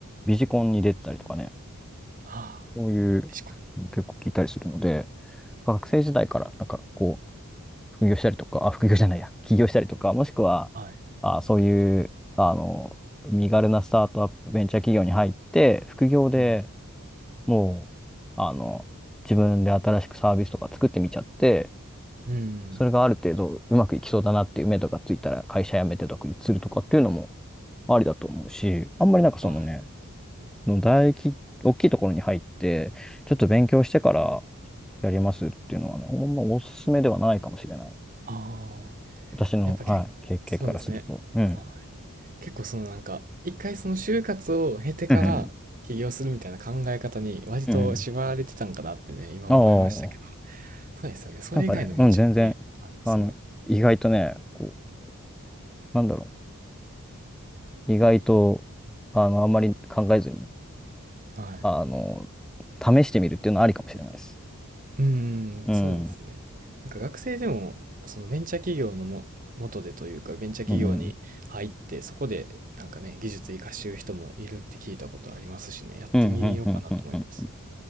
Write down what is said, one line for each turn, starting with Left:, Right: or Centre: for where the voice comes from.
Centre: ビジコンに出てたりとかね、
Right: ああ、
Centre: そういうの結構聞いたりするので、
Right: ビシコ
Centre: 学生時代からなんかこう、副業したりとか、あ、副業じゃないや、起業したりとか、もしくは、
Right: ン。はい。
Centre: あ、そういう、あの、身軽なスタートアップ、ベンチャー企業に入って、副業で
Right: うん、
Centre: もう、あの、自分で新しくサービスとか作ってみちゃって、
Right: うん、
Centre: それがある程度うまくいきそうだなっていう目とかついたら会社辞めて独立するとかっていうのもありだと思うし、あんまりなんかそのね、
Right: はい。
Centre: の大き、大きいところに入って、ちょっと勉強してからやりますっていうのはね、ほんまおすすめではないかもしれない。
Right: ああ、
Centre: 私の、
Right: やっぱ結構、
Centre: はい、経験からすると。
Right: そうですね。
Centre: うん。
Right: はい。結構そのなんか、一回その就活を経てから起業するみたいな考え方に割と縛られてたんかなってね、
Centre: うんうんうん。
Right: 今思いましたけど。
Centre: ああ、
Right: そうですよね。それ以外の道もね、
Centre: なんかね、うん、全然、
Right: ありますよね。
Centre: あの、意外とね、こう、なんだろう、意外と、あの、あんまり考えずに、
Right: はい。
Centre: あの、試してみるっていうのはありかもしれないです。
Right: うーん、
Centre: うん。
Right: そうですね。
Centre: うん、
Right: なんか学生でも、そのベンチャー企業のも、元でというか、ベンチャー企業に入って、
Centre: うん、
Right: そこでなんかね、技術活かしてる人もいるって聞いたことありますしね、やってみようかなと思います。
Centre: うん、うん、うん、うん。うん